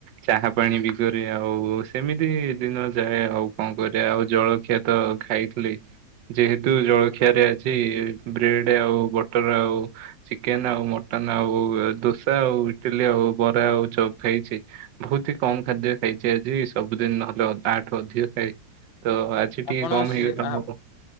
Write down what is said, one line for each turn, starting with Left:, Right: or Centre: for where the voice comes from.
Right: ଚାହା ପାଣି ବି କରେ ଆଉ ସେମିତି ଦିନ ଯାଏ ଆଉ କଣ କରେ ଆଉ ଜଳଖିଆ ତ ଖାଇଥିଲି ଯେହେତୁ ଜଳଖିଆରେ ଅଛି ବ୍ରେଡେ ଆଉ ବଟର ଆଉ ଚିକେନ ଆଉ ମଟନ ଆଉ ଦୋସା ଆଉ ଇଟିଲି ଆଉ ବରା ଆଉ ଖାଇଚି। ବୋହୁତ ହି କମ ଖାଦ୍ୟ ଖାଇଚି ଆଜି ସବୁଦିନ ନହେଲେ ଅ ଆଠୁ ଅଧିକ ଖାଏ ତ ଆଜି ସେ ଟିକେ
Left: ଆପଣ
Right: କମ
Left: ସି
Right: ହେଇଗଲା
Left: ଆ
Right: ମୋର